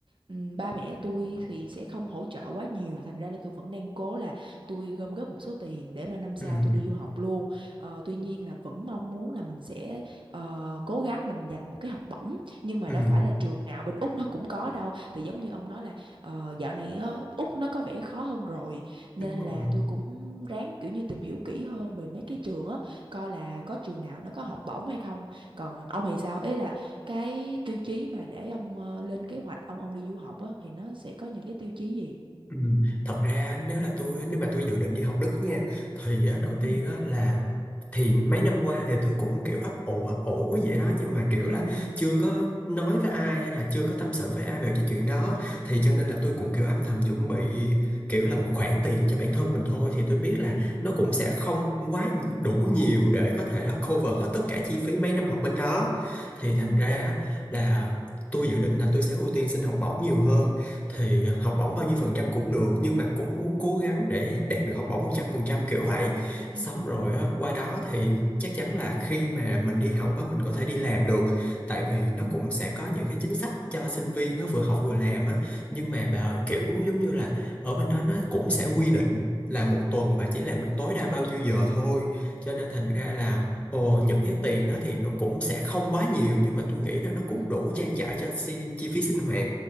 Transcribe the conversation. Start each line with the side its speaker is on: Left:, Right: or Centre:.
Right: ừm, ba mẹ tôi thì sẽ không hỗ trợ quá nhiều thành ra là tôi vẫn đang cố là tôi gom góp một số tiền để mà năm sau
Left: ừm,
Right: tôi đi du học luôn Ờ, tuy nhiên là vẫn mong muốn là mình sẽ ờ, cố gắng mình dành một cái học bổng nhưng mà
Left: ừm,
Right: đâu phải là trường nào bên Úc nó cũng có đâu thì giống như ông nói là ờ, dạo này á, Úc nó có vẻ khó hơn rồi nên
Left: đúng rồi
Right: là tôi cũng ráng kiểu như tìm hiểu kỹ hơn về mấy cái trường á coi là có trường nào nó có học bổng hay không còn ông thì sao ấy là cái tiêu chí mà để ông ờ, lên kế hoạch ông ông đi du học á thì nó sẽ có những cái tiêu chí gì
Left: Ừ. Thật ra nếu là tôi nếu mà tôi dự định đi học Đức nha thì á, đầu tiên
Right: ừ
Left: á, là thì mấy năm qua thì tôi cũng kiểu ấp ủ ấp ủ vậy đó nhưng mà kiểu
Right: ừ
Left: là
Right: ừ ừ
Left: chưa có nói với ai hay là chưa có tâm sự với ai về cái chuyện đó
Right: à
Left: thì cho nên là tôi cũng kiểu âm thầm chuẩn bị kiểu là một khoản tiền cho bản thân mình thôi thì tôi biết là
Right: ừ ừ
Left: nó cũng
Right: ừ
Left: sẽ không quá nhi- đủ nhiều để có thể là cover hết tất cả chi phí mấy năm học bên đó thì thành
Right: ừ
Left: ra á, là tôi dự định là tôi sẽ ưu tiên xin học bổng nhiều hơn thì học
Right: ừ
Left: bổng bao nhiêu phần trăm cũng được nhưng mà cũng muốn cố gắng để đạt được học bổng 100% kiểu vậy xong
Right: ừ ừ
Left: rồi
Right: ừ ừ
Left: á, qua đó thì chắc chắn là khi mà mình đi học á, mình có thể đi làm được tại vì nó
Right: ừ
Left: cũng sẽ có những cái chính sách cho sinh viên á, vừa học vừa làm á nhưng mà bà ơi, kiểu giống như là ở bên đó nó cũng sẽ quy định là một tuần bà chỉ làm được tối đa bao nhiêu giờ thôi cho nên thành
Right: ừ
Left: ra là Ồ, những cái tiền đó thì nó cũng sẽ không quá nhiều nhưng mà tôi nghĩ là nó cũng
Right: ừ
Left: đủ trang trải cho chi, chi phí sinh hoạt